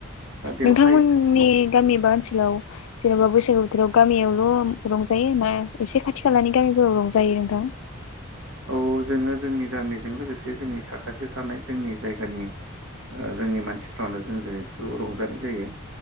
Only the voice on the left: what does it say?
नोंथांमोननि
गामि एबा ओनसोलाव जेनेबा बैसागो बोथोराव गामियावल' रंजायो ना एसे खाथि खालानि गामिफोराव रंजायो नोंथां।